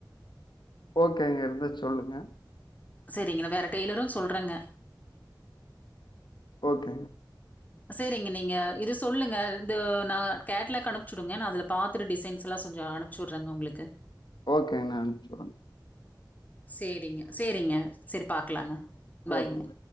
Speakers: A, on the left; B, on the left.
A: ஓகே அங்க இருந்தா சொல்லுங்க
B: சரிங்க வேற டெய்லரோ சொல்றேங்க
A: ஓகேங்க
B: சரிங்க நீங்க இது சொல்லுங்க இந்த நான் கேட்லாக் அனுப்பிச்சுடுங்க நான் அதுல பாத்துடு டிசைன்ஸ் எல்லா கொஞ்சோ அனுப்பிச்சுடுறேங்க உங்களுக்கு
A: ஓகே நா அம்ச்டுறங்க
B: சேரிங்க சேரிங்க சரி பாக்கலாங்க பாய்ங்க
A: ஓகேங்க